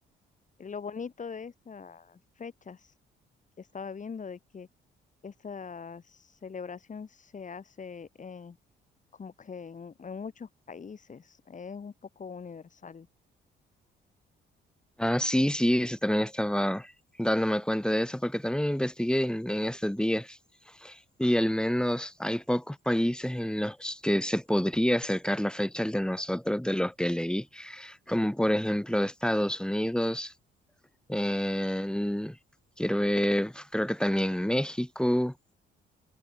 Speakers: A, on the left; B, in the centre.
A: lo bonito de estas fechas que estaba viendo de que esta celebración se hace como que en, en muchos países es un poco universal.
B: Ah, sí, sí, eso también estaba dándome cuenta de eso porque también investigué en en estos días. Y al menos hay pocos países en los que se podría acercar la fecha al de nosotros, de los que leí, como por ejemplo Estados Unidos, en- quiero ver, creo que también México,